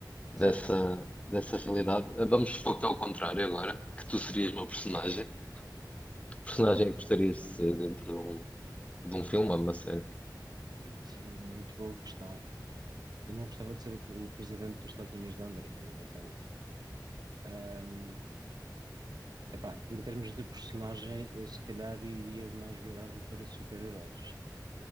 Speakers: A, on the left; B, on the right.
A: dessa,
B: Certo,
A: dessa realidade? Eh, Vamos supor que é ao contrário agora, que tu serias uma personagem. Que personagem é que gostarias de ser dentro de um, de um filme ou de uma série?
B: isso é uma muito boa questão. Eu não gostava de ser o, o presidente dos Estados Unidos da América, nem pensar nisso. Ahm, epá, em termos de personagem, eu se calhar iria mais virar-me para super-heróis.